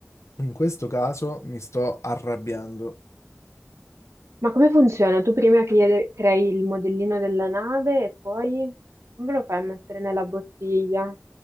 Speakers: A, on the left; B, on the right.
A: in questo caso mi sto arrabbiando.
B: Ma come funziona? Tu prima chiede- crei il modellino della nave e poi come lo fai a mettere nella bottiglia?